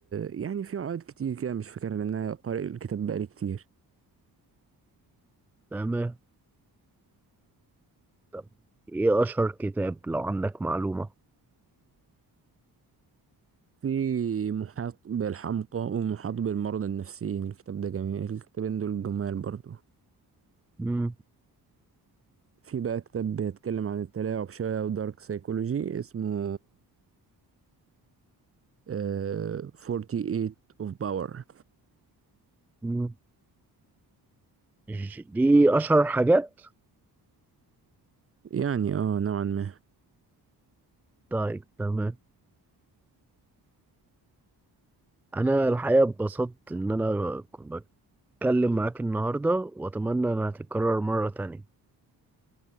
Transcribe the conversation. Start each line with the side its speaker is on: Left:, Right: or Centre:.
Right: يعني في عقد كتير كده مش فاكرها لأن أنا قارئ الكتاب بقالي كتير
Centre: تمام طب إيه أشهر كتاب لو عندك معلومة
Right: في محاط بالحمقى ومحاط بالمرضى النفسيين الكتاب ده جميل الكتابين دول جمال برضو
Centre: مم،
Right: في بقى كتاب بيتكلم عن التلاعب شوية ودارك سايكولوجي اسمه آه 48 of Power
Centre: مم. ج- دي أشهر حاجات
Right: يعني اه نوعا ما
Centre: طيب تمام أنا الحقيقة اتبسطت إن أنا كنت بتكلم معاك النهاردة وأتمنى إنها تتكرر مرة تانية